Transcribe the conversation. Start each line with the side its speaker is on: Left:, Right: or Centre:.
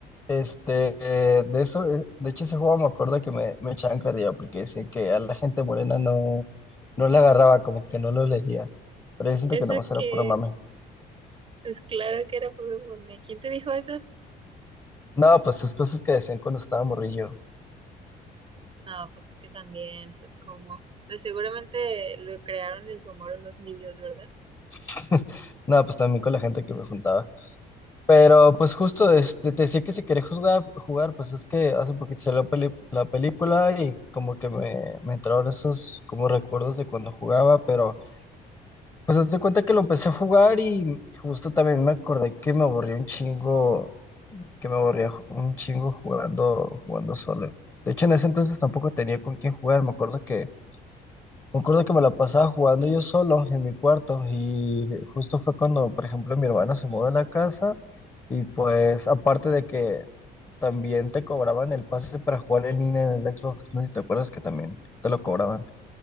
Left: Este, eh, de eso, eh, de hecho ese juego me acuerdo que me, me echaban carrilla porque decían que a la gente morena no, no le agarraba, como que no lo leía. Pero yo siento
Right: Eso
Left: que nomás era
Right: que,
Left: puro mame.
Right: pues claro que era puro mame. ¿Quién te dijo eso?
Left: No, pues esas cosas que decían cuando estaba morrillo.
Right: No, pues es que también, pues como, pues seguramente lo crearon el rumor en los niños, ¿verdad?
Left: <laughs> No, pues también con la gente que me juntaba. Pero pues justo este, te decía que si querés jugar, jugar, pues es que hace poquito salió peli- la película y como que me, me entraron esos como recuerdos de cuando jugaba, pero Pues haz de cuenta que lo empecé a jugar y justo también me acordé que me aburrí un chingo, que me aburría ju- un chingo jugando, jugando solo. De hecho, en ese entonces tampoco tenía con quién jugar. Me acuerdo que, me acuerdo que me la pasaba jugando yo solo en mi cuarto. Y justo fue cuando, por ejemplo, mi hermana se mudó a la casa. Y pues, aparte de que también te cobraban el pase para jugar en línea en el Xbox, no sé si te acuerdas que también te lo cobraban,